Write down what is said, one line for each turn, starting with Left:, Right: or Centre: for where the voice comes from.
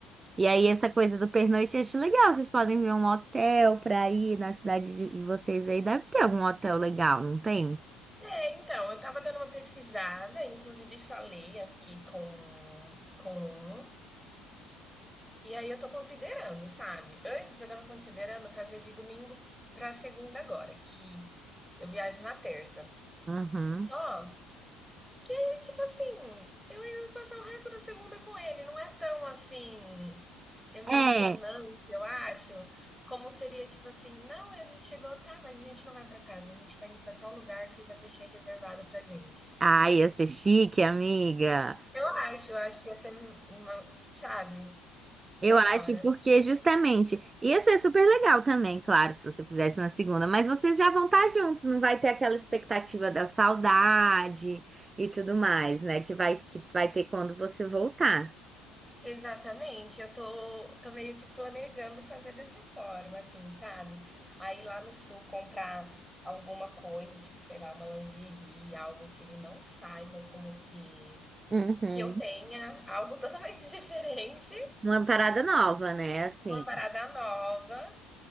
Right: E aí essa coisa do pernoite eu acho legal. Vocês podem ver um hotel pra ir na cidade de de vocês aí. Deve ter algum hotel legal, não tem?
Centre: É, então, eu tava dando uma pesquisada, inclusive falei aqui com, com um. E aí eu tô considerando, sabe? Antes eu tava considerando fazer de domingo pra segunda agora, que eu viajo na terça.
Right: Uhum.
Centre: Só que aí, tipo assim, eu ainda vou passar o resto da segunda com ele. Não é tão assim emocionante,
Right: É.
Centre: eu acho, como seria tipo assim, não, a gente chegou, tá, mas a gente não vai pra casa, a gente tá indo pra tal lugar que eu já deixei reservado pra gente.
Right: Ai, ia ser chique, amiga.
Centre: Eu acho, eu acho que ia ser uma, sabe,
Right: Eu
Centre: melhor
Right: acho porque justamente ia ser super legal também, claro, se você fizesse na segunda, mas vocês já vão estar juntos, não vai ter aquela expectativa da saudade e tudo mais, né? Que vai que vai ter quando você voltar.
Centre: Exatamente, eu tô, tô meio que planejando fazer dessa forma, assim, sabe? Aí lá no sul comprar alguma coisa, tipo, sei lá, uma lingerie, algo que ele não saiba como que
Right: Uhum.
Centre: que eu tenha, algo totalmente <laughs> diferente,
Right: Uma parada nova, né? Assim.
Centre: uma parada nova.